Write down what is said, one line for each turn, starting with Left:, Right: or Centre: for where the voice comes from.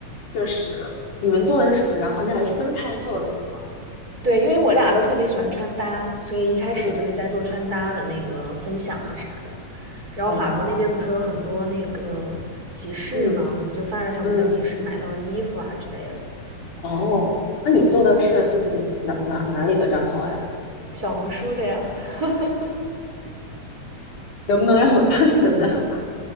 Left: 确实，你们做的是什么？账号？你俩是分开做的是吧？
Right: 对，因为我俩都特别喜欢穿搭，所以一开始就是在做穿搭的那个分享啊啥的。
Left: 嗯，哦，
Right: 然后法国那边不是有很多那个集市嘛，
Left: 我，嗯
Right: 我们就发了一下我们在集市买到的衣服啊之类的，
Left: 嗯，哦，那你做的是就是你哪哪哪里的账号呀？
Right: 小红书的呀。<laughs>
Left: 能不能让我看看呢？<laughs>